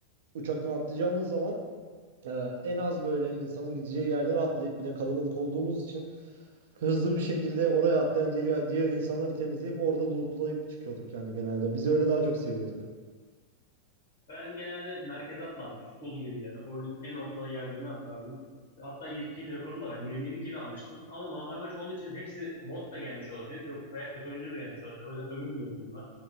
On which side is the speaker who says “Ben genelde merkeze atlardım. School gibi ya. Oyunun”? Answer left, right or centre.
Left